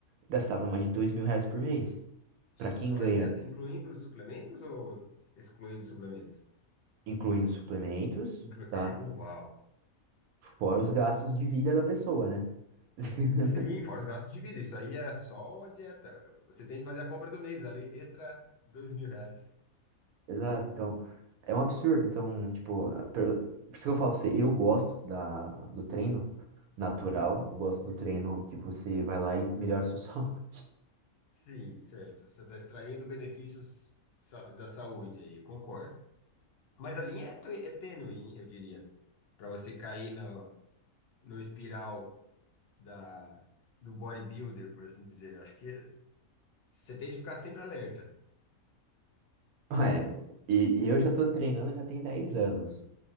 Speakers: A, on the right; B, on the left.
A: gastava mais de dois mil reais por mês.
B: Só
A: Para quem ganha,
B: em dieta, incluindo os suplementos ou excluindo os suplementos?
A: incluindo suplementos,
B: Inclu
A: tá?
B: é, uau!
A: Fora os gastos de vida da pessoa, né? <laughs>
B: Sim, fora os gastos de vida. Isso aí é só a dieta. Você tem que fazer a compra do mês, além extra dois mil reais.
A: Exato. Então, é um absurdo. Então, tipo, per- por isso que eu falo pra você, eu gosto da, do treino natural, eu gosto do treino que você vai lá e melhora a sua <laughs> saúde.
B: Sim, certo. Você está extraindo benefícios sa- da saúde aí, eu concordo. Mas a linha é, tê- é tênue, hein, eu diria, para você cair no, no espiral da, do bodybuilder, por assim dizer. Acho que você tem que ficar sempre alerta.
A: Ah, É, e, e eu já tô treinando já tem 10 anos.